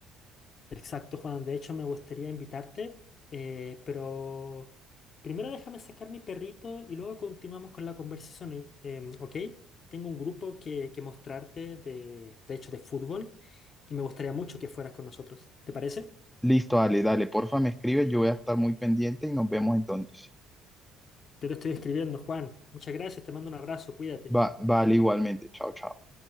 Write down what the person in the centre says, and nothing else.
Listo, dale, dale, porfa, me escribes, yo voy a estar muy pendiente y nos vemos entonces.
Va, vale, igualmente, chao, chao.